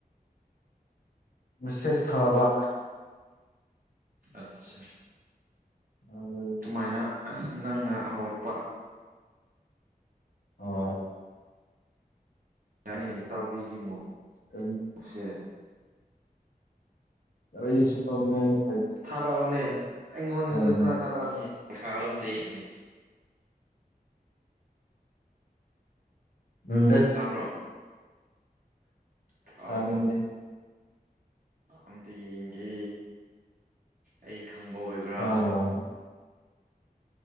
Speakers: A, on the left (about 70°); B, on the right (about 60°).
A: ꯃꯤꯁꯦꯁ ꯊꯥꯕ
B: ꯑꯠꯆꯥ
A: ꯑꯗꯤ
B: ꯀꯃꯥꯏꯅ ꯅꯪꯅ ꯍꯧꯔꯛꯄ
A: ꯑ
B: ꯌꯥꯅꯤ ꯏꯇꯥꯎꯕꯤꯒꯤ ꯃꯣꯁꯦ
A: ꯀꯔꯤ ꯔ ꯁ ꯇꯣꯉꯉ
B: ꯊꯥꯔꯛꯑꯣꯅꯦ ꯑꯩꯉꯣꯟꯗꯁꯨ
A: ꯍꯣꯏ
B: ꯊꯥꯔꯛꯑꯅꯦ ꯄꯁꯥꯣꯅꯤ
A: ꯎꯗ
B: ꯇꯥꯕ꯭ꯔꯣ ꯊꯥꯔꯛꯑꯣ
A: ꯐꯃꯤꯗꯦ
B: ꯑꯝꯇ ꯌꯦꯡꯒꯦ ꯑꯩ ꯈꯪꯕ ꯑꯣꯏꯕ꯭ꯔꯥ
A: ꯊꯥꯔꯣꯏ